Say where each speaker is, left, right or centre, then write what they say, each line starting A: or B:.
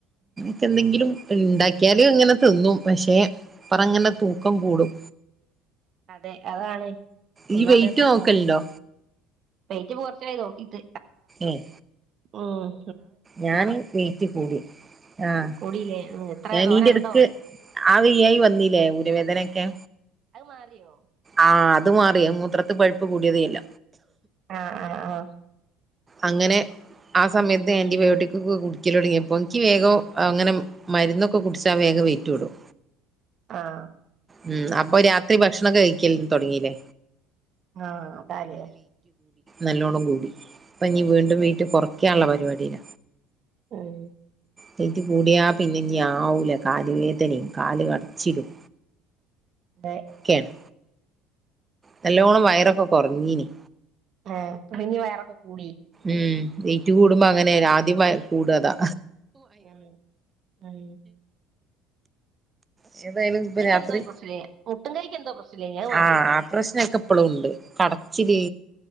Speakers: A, on the right; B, on the right.
A: ക്കന്തെങ്കിലും ഇണ്ടാക്കിയാലും ഇങ്ങനെ തിന്നും പക്ഷെ പ്പറങ്ങനെ തൂക്കം കൂടും
B: അതെ അതാണ് തിന്നാ
A: ഈ വെയിറ്റ്
B: പിന്നെ തൂക്കം
A: നോക്കലുണ്ടോ
B: കൂടും വൈറ്റ് <unintelligible> ഇത്
A: ഉം
B: ഓം
A: ഞാന് വെയിറ്റ് കൂടി ആഹ്
B: കൂടിയില്ലേ ഉം എത്രയാ
A: ഞാന്നീന്റെടുക്ക്
B: തോനെ ഉണ്ടോ
A: ആ വെയ്യായി വന്നില്ലേ ഊരവേദനൊക്കെ
B: അഹ് മാറിയോ
A: ആ അത് മാറി അഹ് മൂത്രത്ത് പഴുപ്പ് കൂടിയതേല്ല
B: ആ ആഹ് ആഹ്
A: അങ്ങനെ ആ സമയത്ത് ആൻറിബയോട്ടിക് ക്കൊ കുടിക്കലൊട്ങ്ങിയപ്പോ ഇൻകി വേഗോ അങ്ങനെ മരുന്നൊക്കെ കുടിച്ചാ വേഗം വേറ്റുടും
B: ആഹ്
A: ഉം അപ്പൊ രാത്രി ഭക്ഷണൊക്കെ കഴിക്കൽ തൊട്ങ്ങീല്ലേ
B: ആ അതാല്ലെ
A: നല്ലോണം കൂടി പ്പഞ്ഞി വീണ്ടും വെയ്റ്റ് കൊർ ക്യാള്ള പരിവാടീല
B: ഉം
A: വെയ്റ്റ് കൂടിയാ പിന്നെഞ്ഞി ആവൂല കാല് വേദനേം കാല്കടച്ചിലും
B: അതെ
A: കേണ് നല്ലോണം വയറൊക്കെ കൊർഞ്ഞീഞ്ഞി
B: ആ പിന്നിം വയറൊക്കെ കൂടി
A: ഉം വെയ്റ്റ് കൂടുമ്പോ അങ്ങനെ രാദ്യം വയറ് കൂടതാ
B: ആഹ് അഹ്
A: സെതായാലും പ്പൊ രാത്രി
B: എന്തോ പ്രശ്നേ മുട്ടും കൈക്ക് എന്തോ പ്രശ്നല്ലേ അത് മാറിയോ
A: ആഹ് പ്രശ്നൊക്കെ പ്പളുണ്ട് കടച്ചില്.